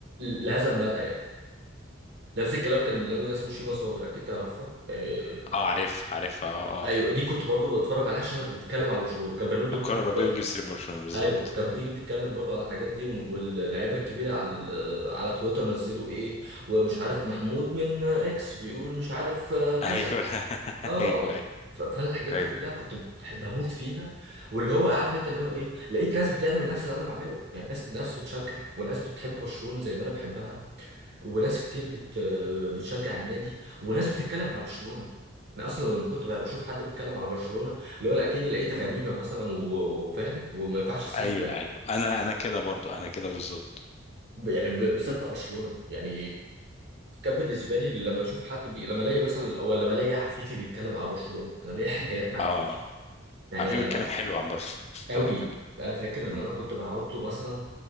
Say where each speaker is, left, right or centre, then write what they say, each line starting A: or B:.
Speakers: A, on the right (about 60°); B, on the left (about 35°).
A: لهذا المدى يعني نفس الكلام كان برنامج اسمه شيما صابر اكيد تعرفها آه،
B: اه عارف عارف اه
A: ايوه
B: اه
A: دي كنت برضو بتفرج عليها عشان بتتكلم على برشلونه كان برنامج
B: الكرة
A: بتيجي
B: الأوروبية
A: في الوقت
B: بتجيب
A: ده
B: سيرة برشلونة بالظبط
A: ايوه كانت بتيجي بتتكلم برضو عن الحاجات دي واللعيبه الكبيره على على تويتر نزلوا ايه ومش عارف محمود من اكس بيقول مش عارف آه، كذا
B: ايوه <laughs>
A: اه
B: ايوه ايوه
A: ف- فانا الحاجات
B: ايوه
A: دي كلها كنت بح- بموت فيها واللي هو عارف انت اللي هو ايه لقيت ناس بتعمل نفس اللي انا بعمله يعني ناس ناس بتشجع وناس بتحب برشلونه زي ما انا بحبها وناس كتير بت بتشجع النادي وناس بتتكلم على برشلونه انا اصلا لما كنت بشوف حد بيتكلم على برشلونه اللي هو اكني لقيت غنيمه مثلا و- وفاهم وما ينفعش اسيبه
B: ايوه
A: يعني
B: ايوه انا انا كده برضو انا كده بالظبط
A: ب- يعني ب- بالذات مع برشلونه يعني كان بالنسبه لي لما اشوف حد بي... لما الاقي مثلا ولا لما الاقي عفيفي بيتكلم على برشلونه انا ليا حكايات مع
B: اه
A: عفيفي يعني
B: عفيف
A: انا
B: بيتكلم حلو عن برشلونة
A: قوي
B: كمان
A: انا فاكر ان
B: مم.
A: انا كنت بقعد له مثلا